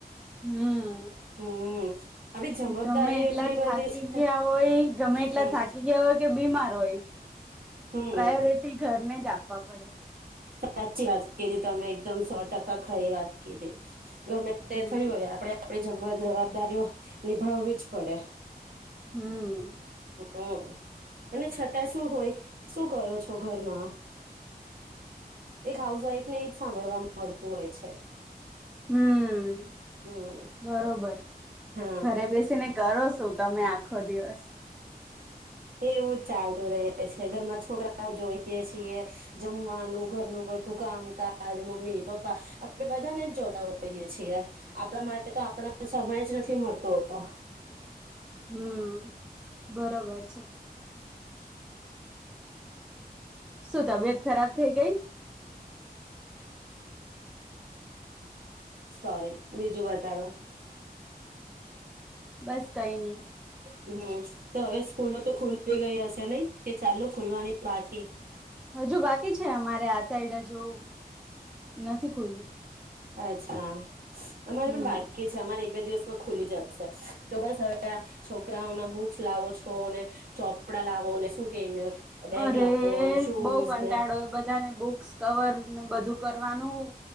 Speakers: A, in the centre; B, on the right.
A: હમ.
B: હમ આપડી જવાબદારીઓ
A: ગમે એટલા
B: એટલી બધી
A: થાકી
B: છે
A: ગયા હોય, ગમે એટલા
B: હમ
A: થાકી ગયા હોય કે બીમાર હોય.
B: હમ
A: પ્રાયોરિટી ઘરને જ આપવા પડે.
B: સાચી વાત કીધી તમે એકદમ સો ટકા ખરી વાત કીધી. ગમે તે
A: હમ
B: થય હોય આપણે આપડી જ જવાબદારીઓ નિભાવવી જ પડે.
A: હમ.
B: હમ. અને છતાં શું હોય? શું કરો છો ઘરમાં? એક હાઉસ વાઈફ ને જ સાંભળવાવા મળતું હોય છે.
A: હમ્મ.
B: હમ
A: બરોબર,
B: હા
A: ઘરે બેસી ને કરો શું તમે આખો દિવસ?
B: એવું જ ચાલતું રહે છે, ઘરમાં છોકરાઓ જોઈ જોઈએ છીએ, જમવાનું, ઘરનું બધું કામકાજ, મમ્મી, પપ્પા આપડે બધાને જ જોતા હોઈએ છીએ. આપણા માટે તો આપણા સમય જ નથ મળતો હતો.
A: હમ્મ. બરોબર છે. શું તબિયત ખરાબ થઈ ગઈ?
B: <inaudible> સોરી. બીજું બતાવે.
A: બસ કઈ નઈ.
B: હમ તો હવે સ્કૂલો તો ખુલી ગઈ હશે નઈ, કે ચાલુ ખુલવાની બાક
A: હા હજુ બાકી છે, અમારે આ સાઈડ હજી હજુ નથી ખોઈલી.
B: અચ્છા અમારે
A: હમ્મ
B: પણ બાકી છે, અમારે બે દિવસમાં ખુલી જશે, તો બસ હવે અ છોકરાઓના બુક્સ લાવો છો ને ચોપડા લાવો ને શું કેને બેગ
A: અરે
B: લાવો અને શૂઝ
A: બો કંટાળો
B: ને
A: બધાને બુક્સ કવરને બધું કરવાનું.